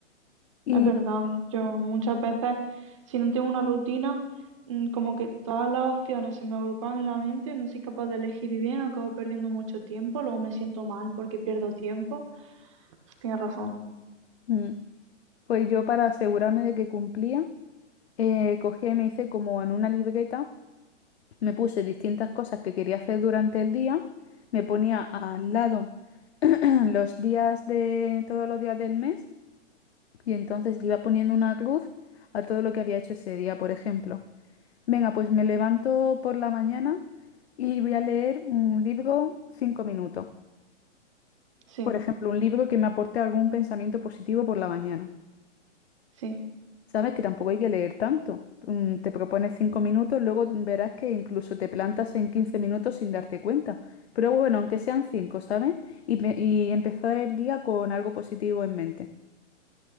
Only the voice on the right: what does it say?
es verdad. Yo muchas veces, si no tengo una rutina, mm, como que todas las opciones se me agrupan en la mente, no soy capaz de elegir bien, acabo perdiendo mucho tiempo, luego me siento mal porque pierdo tiempo. Tienes razón.
Sí,
sí,